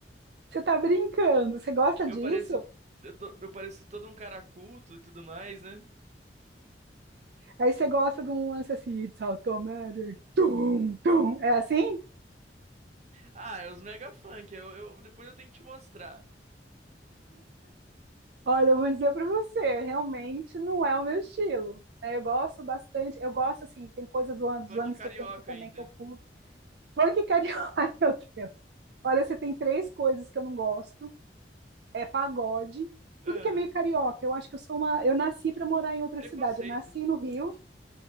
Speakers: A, on the right; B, on the right.
A: Você tá brincando? Você gosta
B: Eu
A: disso?
B: pareço, eu tô- eu pareço todo um cara culto e tudo mais, né?
A: Aí você gosta de um lance assim, It's automatic, tum, tum. É assim?
B: Ah, é os mega funk. Eu, eu- depois eu tenho que te mostrar.
A: Olha, eu vou dizer pra você, realmente não é o meu estilo. né? Eu gosto bastante, eu gosto assim, tem coisas do ano- dos
B: Funk
A: anos
B: carioca
A: 70 também
B: ainda.
A: que eu curto. Funk carioca, <laughs> ai meu Deus. Olha, você tem três coisas que eu não gosto. É pagode,
B: Ah,
A: tudo que é meio carioca. Eu acho que eu sou uma, eu nasci para morar em outra
B: preconceito.
A: cidade. Eu nasci no Rio,